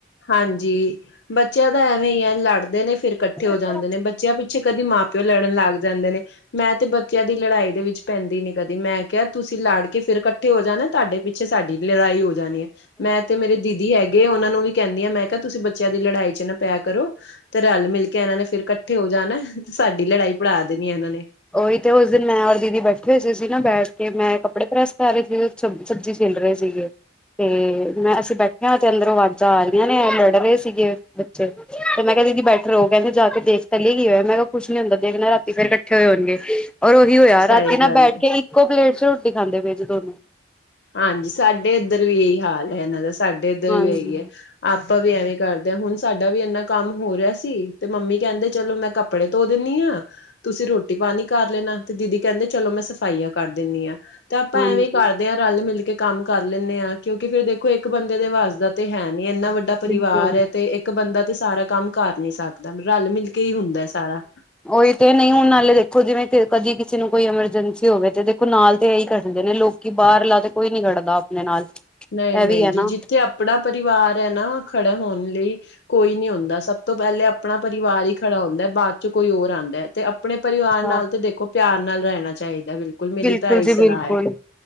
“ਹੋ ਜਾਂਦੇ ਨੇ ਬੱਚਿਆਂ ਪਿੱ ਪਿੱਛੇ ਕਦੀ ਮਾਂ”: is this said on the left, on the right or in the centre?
Left